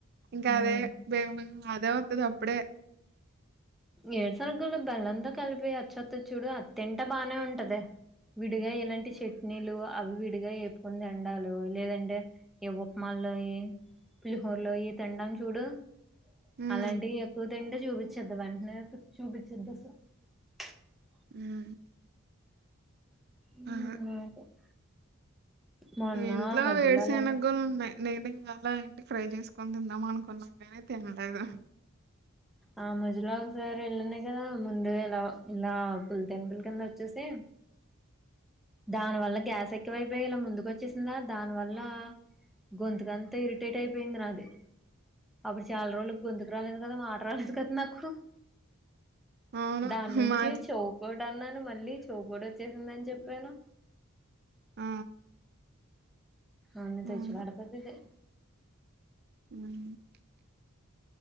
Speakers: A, on the right; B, in the centre.
A: ఇంకా
B: ఉమ్
A: అదే <unintelligible> అదే వత్తది అప్పుడే
B: ఎరుసన్నగుల్లు బెల్లంతో కలిపి ఆచోత్తడ్చుడు ఆదితింట్టే బానే ఉన్నట్టదే విడిగా ఇలాంటి చట్నీలు అవి విడిగా వేపుకుని తండాలు లేదంటే ఉప్పమల్లోయి పులిహోర్లయి తినడం చూడు
A: హ్మ్
B: అలాంటివి ఎక్కువ తింటే చూపి <unintelligible>
A: <unintelligible>
B: మ్మ్
A: ఆహా
B: <unintelligible> మొన్న
A: ఇంట్లో
B: మధ్యలో
A: వెర్సనగుళ్ళు
B: అలానే
A: ఉన్నాయి నేను ఇంకా అలా ఇంటి ఫ్రై చేసుకని తిందాం అనుకున్న గాని తినలేదు
B: ఆ <unintelligible> ఒకసారి ఎల్నే కదా ముందు ఇలా ఇలా <unintelligible> వచ్చేసి దాని వల్ల గ్యాస్ ఎక్కువైపోయి ఇలా ముందుకు వచ్చేసిందా దాని వల్ల గొంతుకంత ఇరిటేట్ అయిపోయింది నాది అప్పుడు చాలా రోజుల గొతు దరాలేదు కదా మాట రాలేదు కదా నాకు
A: అవును
B: దాని నుంచి
A: మాది
B: <unintelligible> ఇప్పుడ అన్నాను మళ్ళీ చోపూడి వచ్చేసిందని చెప్పాను
A: ఆ
B: అని
A: హ్మ్
B: తెచ్చి పెడతాదిదే
A: <unintelligible>